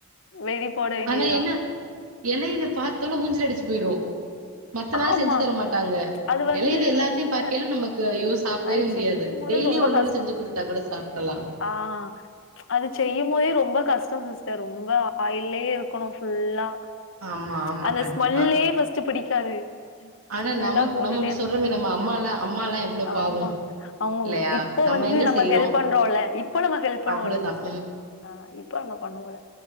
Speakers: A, on the left; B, on the right.
A: வெடி போட வேண்டியதுதா
B: ஆனா என்ன எலையில பாத்தோனா மூஞ்சில அடிச்சி போயிரு மத்த நாள்
A: ஆமா
B: செஞ்சு தர மாட்டாங்க
A: அது வந்து
B: எலையில எல்லாத்தையு
A: ரொம்ப
B: பாக்கேயில நமக்கு ஐயோ சாப்டவே
A: அது
B: முடியாது
A: செய்யும் போதே
B: டெய்லியு
A: ரொம்ப
B: ஒன்னு
A: கஷ்டம்
B: ஒன்னு செஞ்சு குடுத்தா கூட சாப்டலா
A: ஆ அது செய்யு போதே ரொம்ப கஷ்டம் சிஸ்டர் ரொம்ப ஆயில்லே இருக்கணு ஃபுல்லா
B: ஆமா ஆமா
A: அந்த
B: கண்டிப்பா
A: ஸ்மெல்லே ஃபர்ஸ்ட் பிடிக்காது
B: ஆனா
A: ஃபுல்லா
B: நமக்
A: போட்டுட்டே
B: நம்ம இப்டி
A: இருக்கபோல
B: சொல்றோமே நம்ம அம்மாலா அம்மாலா எவ்ளோ பாவோ
A: ஆமா அவங்க
B: இல்லையா
A: இப் போ வந்து
B: எங்க
A: நம்ம
B: செய்றோ
A: ஹெல்ப் பண்றோல்ல இப்ப நம்ம ஹெல்ப் பண்ணுவோல
B: அவ்ளோதான்.
A: சிஸ்டர் ஆ இப்ப நம்ம பண்ணுவோல